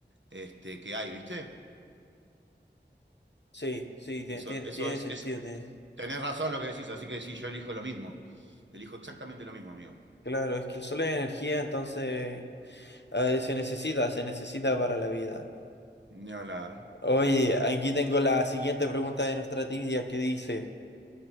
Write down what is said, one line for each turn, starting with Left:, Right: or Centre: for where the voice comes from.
Right: este, que hay, ¿viste?
Left: Sí, sí, tie-
Right: Y eso,
Left: tiene,
Right: eso
Left: tiene
Right: es,
Left: sentido.
Right: es,
Left: tiene-
Right: Tenés razón lo que decís, así que sí, yo elijo lo mismo. Elijo exactamente lo mismo, amigo.
Left: Claro, es que el sol es energía, entonces. Ay, se necesita, se necesita para la vida.
Right: Ni hablar.
Left: Oye, aquí tengo la siguiente pregunta de nuestra trivia que dice,